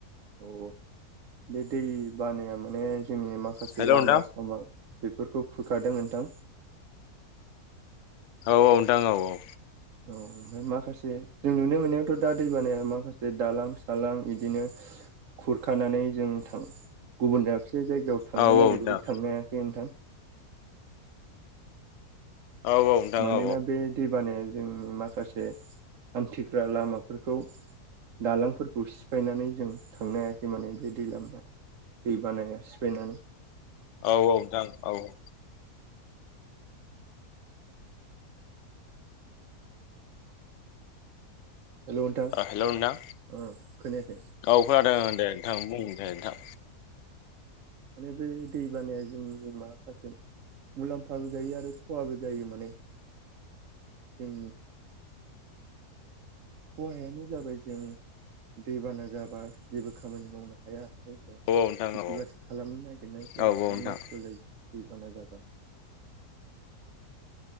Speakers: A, on the right; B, on the left.
A: औ औ बे दै बानाया माने जोंनि माखासे
B: हेल'
A: लामा
B: नोंथां
A: सामा। बेफोरखौ खुरखादों नोंथां।
B: औ औ नोंथां औ औ।
A: <inaudible> ओमफ्राय माखासे जों नुनो मोननायावथ' दा दैबानाया माखासे दालां सालां इदिनो खुरखानानै जों थां गुबुन दाबसे जायगायाव थांनो
B: औ
A: नागिरबा
B: औ नोंथां
A: थांनो हायाखै नोंथां।
B: औ नोंथां
A: मानोना
B: औ
A: बे दैबानाया जोंनि माखासे हान्थिग्रा लामाफोरखौ दालांफोरखौ सिफायनानै जों थांनो हायाखै माने बे दैलामाया दै बानाया सिफायनानै
B: औ औ जा औ औ
A: हेल' नोंथां
B: हेल नोंथां
A: ओ खोनायाखै
B: औ खोनादों दे नोंथां बुं दे नोंथां।
A: माने बे दै बानाया जोंनि माखासे। मुलाम्फाबो जायो आरो खहाबो जायो माने जों खहायानो जाबाय जों दैबाना जाबा जेबो खामानि मावनो हाया आरो। खेथि
B: औ नोंथां औ
A: बाथि खालामनो नागिरनायफोराबो
B: औ औ नोंथां
A: नस्थ जायो दैबाना जाबा।